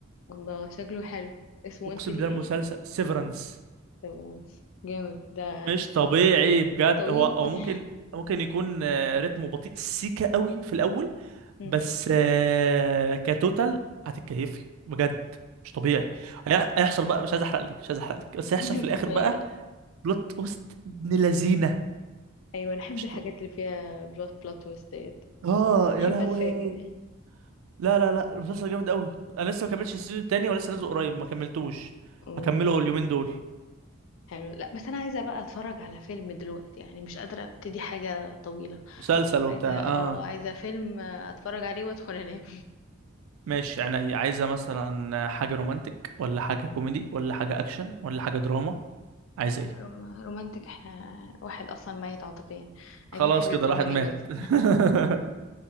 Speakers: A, on the left; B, on the right.
A: الله شكله حلو اسمه
B: اقسم
A: قلت لي
B: بالله المسلسل
A: ايه
B: سيفرنس
A: طب جامد ده
B: مش طبيعي بجد
A: طويل
B: هو
A: <laughs>
B: هو ممكن ممكن يكون آه، رتمه بطيء سيكا قوي في الاول
A: مم.
B: بس آه، كتوتال هتتكيفي بجد مش طبيعي
A: حلو
B: هي- هيحصل بقى مش عايز احرق لك مش عايز احرق لك بس هيحصل
A: <laughs>
B: في الاخر
A: لا
B: بقى
A: لا
B: بلوت تويست ابن لذينه
A: ايوه انا احب
B: مش
A: الحاجات
B: ط...
A: اللي فيها بلوت بلوت تويست ديت
B: اه يا
A: احب
B: لهوي
A: اتفاجئ
B: لا لا لا المسلسل جامد قوي انا لسه ما كملتش السيزون التاني ولسه نازل قريب ما كملتوش
A: أمم،
B: هكمله اليومين دول
A: حلو لا بس انا عايزه بقى اتفرج على فيلم دلوقتي يعني مش قادره ابتدي حاجه طويله
B: مسلسل
A: عايزه
B: وبتاع
A: اه
B: اه
A: عايزه فيلم آه، اتفرج عليه وادخل انام
B: ماشي يعني عايزة مثلا حاجة رومانتك ولا حاجة كوميدي ولا حاجة أكشن ولا حاجة دراما عايزة
A: <laughs>
B: إيه
A: روم- رومانتك احنا واحد اصلا ميت عاطفيا عايزين
B: خلاص
A: حاجه
B: كده
A: كوميدي
B: الواحد مات
A: بس
B: <laughs>